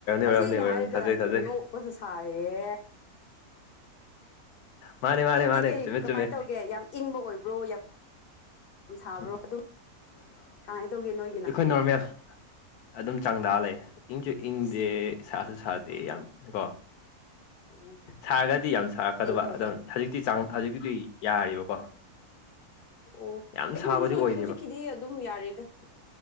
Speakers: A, on the left (about 80°); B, on the left (about 65°).
A: ꯑꯣꯏꯔꯝꯅꯤ
B: ꯑꯁꯦꯡꯅꯦ
A: ꯑꯣꯏꯔꯝꯅꯤ
B: ꯍꯥꯏꯔꯒ
A: ꯊꯥꯖꯩ ꯊꯥꯖꯩ
B: ꯅꯣꯛꯄꯁꯨ ꯁꯥꯔꯦ
A: ꯃꯥꯅꯦ ꯃꯥꯅꯦ
B: ꯁꯣꯝꯗꯤ
A: ꯃꯥꯅꯦ
B: ꯀꯩ
A: ꯆꯨꯝꯃꯦ
B: ꯀꯃꯥꯏꯅ
A: ꯆꯨꯝꯃꯦ
B: ꯇꯧꯒꯦ ꯌꯥꯝ ꯏꯪꯕ ꯑꯣꯏꯕ꯭ꯔꯣ ꯌꯥꯝ ꯁꯥꯕ꯭ꯔꯣ
A: ꯎꯝ
B: ꯑꯗꯨꯝ ꯀꯃꯥꯏꯅ ꯇꯧꯒꯦ ꯅꯣꯏꯒꯤꯅ
A: ꯅꯣꯔꯃꯦꯦꯜ ꯑꯗꯨꯝ ꯆꯥꯡꯗꯥ ꯂꯩ ꯏꯪꯁꯨ ꯏꯪꯗꯦ
B: ꯑꯁ
A: ꯁꯥꯁꯨ ꯁꯥꯗꯦ ꯌꯥꯝ ꯀꯣ
B: ꯑꯣ
A: ꯁꯥꯔꯒꯗꯤ ꯌꯥꯝ ꯁꯥꯔꯛꯀꯗꯕ
B: ꯐꯩ ꯐꯩ
A: ꯑꯗꯨ ꯍꯧꯖꯤꯛꯇꯤꯥꯡ ꯍꯧꯖꯤꯛꯇꯤꯗꯤ ꯌꯥꯔꯤꯕꯀꯣ
B: ꯑꯣ
A: ꯌꯥꯝ
B: ꯑꯩꯈꯣꯏꯗꯁꯨ
A: ꯁꯥꯕꯗꯤ ꯑꯣꯏꯗꯦꯕ
B: ꯍꯧꯖꯤꯛꯀꯤꯗꯤ ꯑꯗꯨꯝ ꯌꯥꯔꯦꯗ